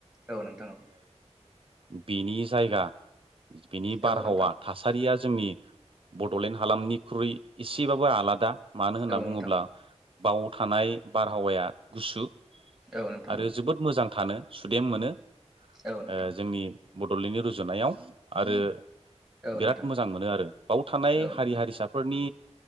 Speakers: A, in the centre; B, on the right (about 50°).
A: औ नोंथां औ।
B: बिनि जायगा बिनि बारहावा
A: औ नोंथां
B: थासारिया जोंनि बड'लेण्ड हालामनिख्रुइ एसेबाबो आलादा मानो होनना
A: औ
B: बुङोब्ला
A: नोंथां औ
B: बाव थानाय बारहावाया गुसु। आरो
A: औ नोंथां औ
B: जोबोद मोजां थानो सुदेम मोनो ओ
A: औ नोंथां
B: जोंनि दौलेंनि रुजुनायाव आरो
A: औ
B: बिराद
A: नोंथां
B: मोजां मोनो आरो बाव थानाय
A: औ
B: हारि
A: नोंथां
B: हारिसाफोरनि